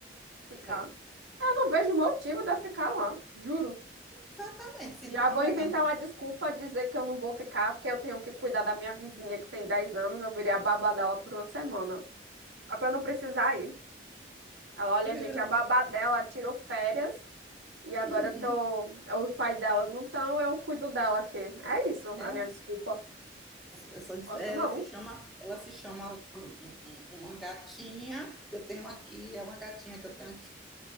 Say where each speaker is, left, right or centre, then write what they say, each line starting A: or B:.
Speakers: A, on the right; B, in the centre.
A: ficar.
B: É,
A: Eu não vejo motivo de eu ficar lá, juro.
B: exatamente, se
A: Já
B: não estão
A: vou
B: pegando
A: inventar uma desculpa, dizer que eu não vou ficar, porque eu tenho que cuidar da minha vizinha que tem 10 anos. Eu virei a babá dela por uma semana. Só pra eu não precisar ir. Ela, olha,
B: Ele
A: gente,
B: virou,
A: a babá dela tirou férias e agora
B: "Hum,
A: eu tô. Os pais delas não estão, eu cuido dela aqui. É isso,
B: É,
A: a minha desculpa.
B: eu só disse-
A: Posso
B: é,
A: não.
B: ela se chama, ela se chama um- um- um, uma gatinha que eu tenho aqui, é uma gatinha que eu tenho aqui,